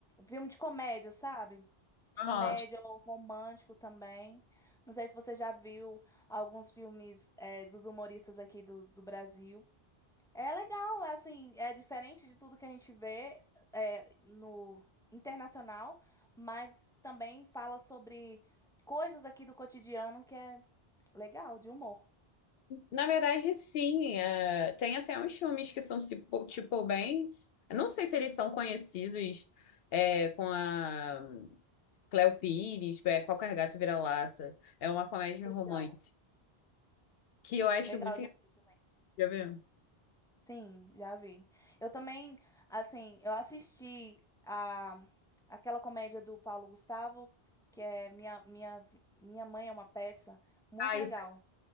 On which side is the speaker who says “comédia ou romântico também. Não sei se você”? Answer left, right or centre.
Centre